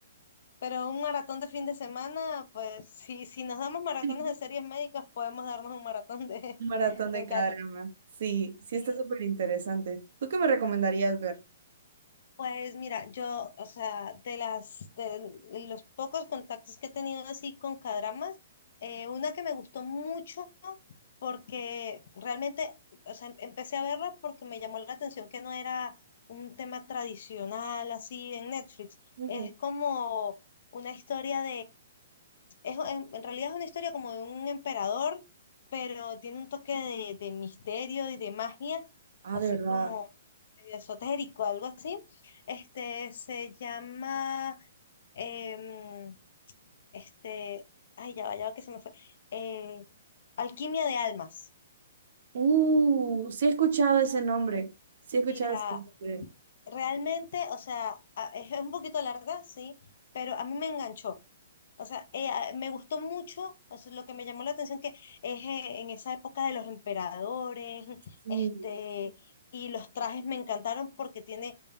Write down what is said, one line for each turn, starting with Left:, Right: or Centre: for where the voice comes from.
Left: Pero un maratón de fin de semana, pues si, si nos damos maratones
Right: <laughs>
Left: de series médicas, podemos darnos un maratón de,
Right: un maratón
Left: <laughs> de
Right: de
Left: un
Right: cada
Left: cada.
Right: drama. Sí, sí
Left: Sí,
Right: está súper interesante. ¿Tú qué me recomendarías ver?
Left: Pues mira, yo, o sea, de las de los pocos contactos que he tenido así con cadramas, eh, una que me gustó mucho porque realmente, o sea, em- empecé a verla porque me llamó la atención que no era un tema tradicional así en Netflix.
Right: Ujú.
Left: Es como una historia Es, en en realidad es una historia como de un emperador, pero tiene un toque de, de misterio y de magia,
Right: Ah,
Left: así
Right: de verdad.
Left: como medio esotérico, algo así. Este se llama, em, este, ay, ya va, ya va que se me fue. Eh, Alquimia de Almas.
Right: Uh, sí he escuchado ese nombre. Sí he escuchado
Left: Mira,
Right: ese nombre.
Left: realmente, o sea, a- es un poquito larga, sí, pero a mí me enganchó. O sea, eh, a- me gustó mucho, o sea, lo que me llamó la atención que es eh, en esa época de los emperadores,
Right: Sí.
Left: este, y los trajes me encantaron porque tiene